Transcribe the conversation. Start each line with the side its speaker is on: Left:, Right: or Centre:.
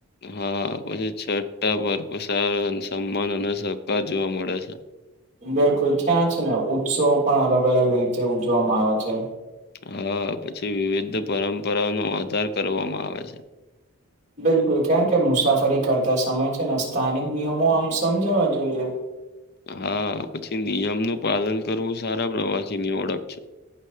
Left: હા પછી છઠા પર સાર સમાન અને સહકાર જોવા મળે છે.
Right: બિલકુલ ત્યાં છે ને ઉત્સવ પણ અલગ અલગ રીતે ઉજવામાં આવે છે.
Left: હા પછી વિવિધ પરંપરાનો આધાર કરવામાં આવે છે.
Right: બિલકુલ કારણ કે મુસાફરી કરતા સમય છે ને સ્થાનિક નિયમો આમ સમજાવા જોઈએ.
Left: હા પછી નિયમનું પાલન કરવું સારા પ્રવાસી ની ઓળખ છે.